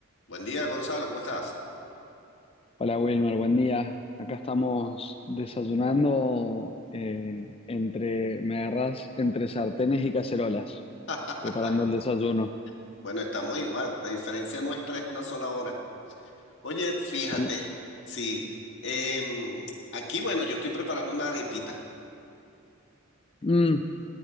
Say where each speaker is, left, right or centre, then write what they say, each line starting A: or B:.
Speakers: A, on the left (about 60°); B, on the left (about 25°).
A: Buen día, Gonzalo, ¿cómo estás?
B: Hola Wilmer, buen día. Acá estamos desayunando eh, entre, me agarrás entre sartenes y cacerolas,
A: <laughs>
B: preparando el desayuno.
A: Bueno, estamos igual, la diferencia nuestra es una sola hora. Oye, fíjate,
B: Sí.
A: sí, em, aquí, bueno, yo estoy preparando una arepita,
B: Mm,